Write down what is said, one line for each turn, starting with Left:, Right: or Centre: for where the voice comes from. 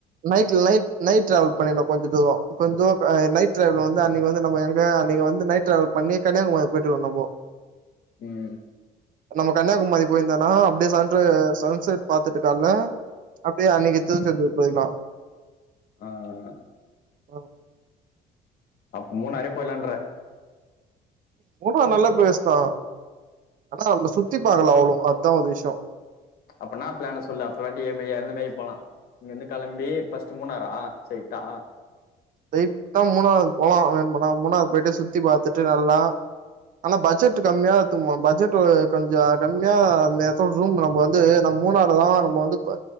Right: நைட்ல நை நைட் ட்ரவல் பண்ணிட்ணோ கொஞ்ச தூரோ கொஞ்ச தூர நைட் ட்ரவல் வந்து அன்னிக்கு வந்து நம்ம எங்க அன்னிக்கு வந்து நை்ட் ட்ரவல் பண்ணி கன்யாகுமரி போயிட்டிருக்கோ நம்மோ
Left: ம்
Right: நம்ம கன்யாகுமரி போய்ந்தோனா அப்டி சன்ர சன்செட் பாத்துட்டு கால்ல அப்டியே அன்னைக்கு‌ திருச்செந்தூர் போய்லா
Left: ஆ ஆ ஆ
Right: ஒ
Left: அப்ப மூணாறே போயில்லான்ற
Right: மூணாறு நல்ல ப்ளேஸ் தா ஆனா நம்ம சுத்தி பாக்ல அவ்ளோ அத்தா ஒரு விஷ்யோ
Left: அப்பனா ப்ளானு சொல்லு அத்த வாட்டி எப்பி எந்த மாரி போலா இங்க இந்து கெளம்பி ஃபர்ஸ்ட்டு மூணாரா ஸ்ட்ரைட்டா
Right: ஸ்டைட்டா மூணாறு போலா வேணும்னா மூணாறு போய்டு சுத்தி பாத்துட்டு நல்லா ஆனா பட்ஜெட் கம்மியா எத்துன்போ பட்ஜெட் கொஞ்சோ கம்மியா அந்த எத்துல ரூம் நம்ம வந்து நம் மூணாறு தா நம்ம வந்து